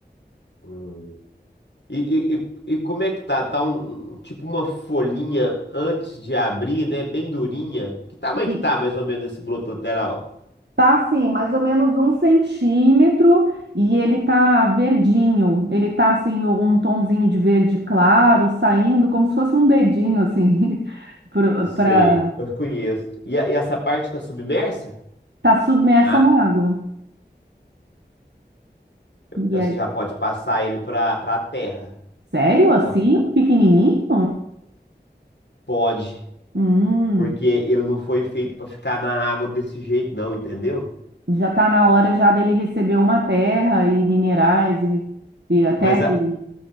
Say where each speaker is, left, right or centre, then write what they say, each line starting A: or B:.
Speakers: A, on the left; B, on the right.
A: Hum. E, e- e- e como é que tá? Tá um, um- tipo uma folhinha antes de abrir, né? Bem durinha. Que tamanho
B: E
A: que tá mais ou menos esse broto lateral?
B: tá assim, mais ou menos um centímetro e ele tá verdinho. Ele tá assim, um tonzinho de verde claro, saindo como se fosse um dedinho, assim, <laughs> pro-
A: Sei,
B: pra
A: eu conheço. E, a- e essa parte tá submersa?
B: tá submersa
A: Ah.
B: na água. E
A: Você
B: aí,
A: já pode passar ele pra, pra terra.
B: sério assim?
A: Só que tá,
B: Pequenininho?
A: pode,
B: Hum,
A: porque ele não foi feito pra ficar na água desse jeito, não, entendeu?
B: já tá na hora já dele receber uma terra e minerais e, e a terra
A: Mas a-
B: e